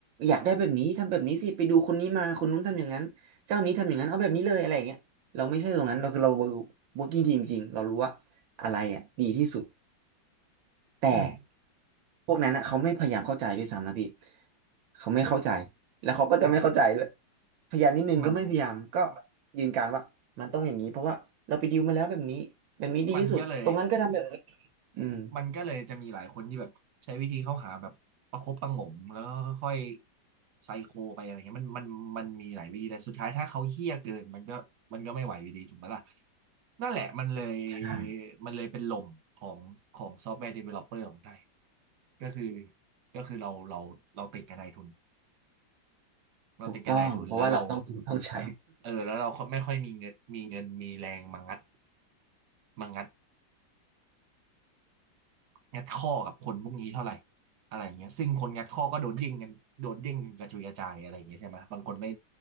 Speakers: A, on the right; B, on the right.
A: อยากได้แบบนี้ทำแบบนี้สิไปดูคนนี้มาคนนู้นทำอย่างนั้นเจ้านี้ทำอย่างนั้นเอาแบบนี้เลยอะไรอย่างเงี้ยเราไม่ใช่ตรงนั้นเราคือเรา working team จริงเรารู้ว่าอะไรอ่ะดีที่สุด แต่
B: อืม
A: พวกนั้นอ่ะเขาไม่พยายามเข้าใจด้วยซ้ำนะพี่เขาไม่เข้าใจแล้วเขาก็จะไม่เข้าใจด้วย
B: อ่ะ
A: พยายามนิดนึงก็ไม่พยายามก็
B: มัน
A: ยืนการว่ามันต้องอย่างนี้เพราะว่าเราไปดิมาแล้วแบบนี้แบบนี้ดีที่สุดตรงนั้นก็ทำแบบนี้
B: มันก็เลย
A: อืม
B: มันก็เลยจะมีหลายคนที่แบบใช้วิธีเข้าหาแบบประคบประหงมแล้วก็ค่อยๆไซโคไปอะไรเงี้ยมันมันมันมีหลายวิธีแต่สุดท้ายถ้าเขาเหี้ยเกินมันก็มันก็ไม่ไหวอยู่ดีถูกไหมล่ะนั่นแหละมันเลย
A: ใช่
B: มันเลยเป็นลมของของซอฟต์แวร์เดเวลลอปเปอร์ของไทยก็คือก็คือเราเราเราติดกับนายทุนเราติดกับนายทุนแล้วเรา
A: ถูกต้องเพราะว่าเราต้องกินต้องใช้
B: เออแล้วเราไม่ค่อยมีเงินมีเงินมีแรงมางัดมางัด งัดข้อกับคนพวกนี้เท่าไหร่อะไรเงี้ยซึ่งคนงัดข้อก็โดนเด้งกันโดนเด้งกันกระจุยกระจายอะไรเงี้ยใช่ไหมบางคนไม่